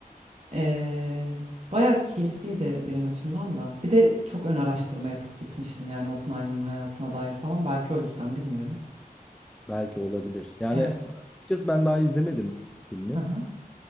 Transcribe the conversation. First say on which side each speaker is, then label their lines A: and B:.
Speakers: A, on the right (about 45°); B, in the centre.
A: Ee, bayağı keyifliydi benim açımdan da. Bir de çok ön araştırma yapıp gitmiştim yani Oppenheimer'ın hayatına dair falan. Belki o yüzden bilmiyorum.
B: Belki olabilir. Yani
A: Evet.
B: açıkçası ben daha izlemedim filmi.
A: Aha.